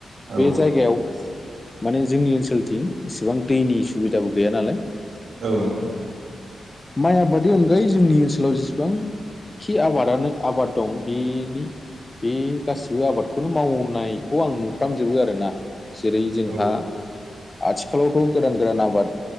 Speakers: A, on the left; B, on the right.
A: बे
B: औ
A: जायगायाव माने जोंनि ओनसोलथिं इसेबां दैनि सुबिदाबो गैया नालाय
B: औथ'
A: माइ आबादनि अनगायै जोंनि ओनसोलाव जेसेबां खि आबादानो आबाद दं बिनि बे गासिबो आबादखौनो मावनायखौ आं नु फ्रामजोबो आरोना जेरै जोंहा
B: औ
A: आथिखालावथ' गोदान गोदान आबाद